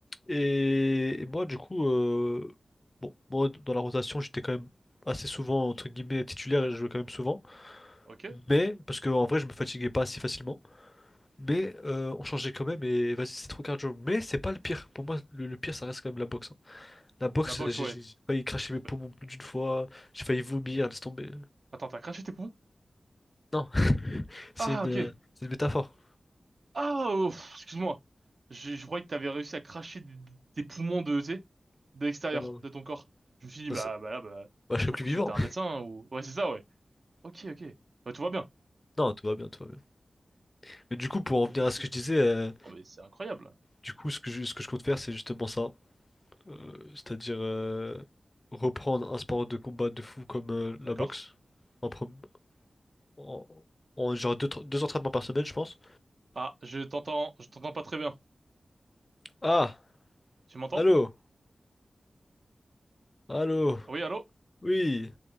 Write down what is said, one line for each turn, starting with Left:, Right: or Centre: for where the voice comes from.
Left: Et, et moi du coup euh, bon moi dans la rotation j'étais quand même assez souvent entre guillemets titulaire et je jouais quand même souvent.
Right: Ok?
Left: Mais parce que en vrai je me fatiguais pas si facilement. Mais euh, on changeait quand même et vas-y c'est trop cardio. Mais c'est pas le pire. Pour moi le, le pire ça reste quand même la boxe. hein. La boxe,
Right: La boxe,
Left: j'ai
Right: ouais.
Left: j'ai failli cracher mes poumons
Right: Bah,
Left: plus d'une fois, j'ai failli vomir, laisse tomber.
Right: attends, t'as craché tes poumons?
Left: Non, <laughs> c'est
Right: Ah,
Left: une,
Right: ok.
Left: euh, c'est une métaphore.
Right: Ah, oh, pff, excuse-moi. Je, je croyais que t'avais réussi à cracher des, des poumons de, tu sais, de l'extérieur
Left: Non, non,
Right: de ton corps. Je me suis dit,
Left: non,
Right: bah,
Left: ça-
Right: bah là, bah,
Left: bah, je suis
Right: faut
Left: plus
Right: consulter
Left: vivant.
Right: un médecin ou... Ouais, c'est ça, ouais. Ok, ok. Bah, tout va bien.
Left: Non, tout va bien, tout va bien. Mais du coup, pour en venir
Right: Ok.
Left: à ce que je disais, euh,
Right: Oh, mais c'est incroyable.
Left: du coup, ce que je, ce que je compte faire, c'est justement ça. Euh, c'est-à-dire euh, reprendre un sport de combat de fou comme euh, la
Right: D'accord.
Left: boxe. En, pre- en- en genre deux, tra- deux entraînements par semaine, je pense.
Right: Ah, je t'entends, je t'entends pas très bien.
Left: Ah,
Right: Tu m'entends?
Left: allô, allô,
Right: Oui, allô?
Left: oui,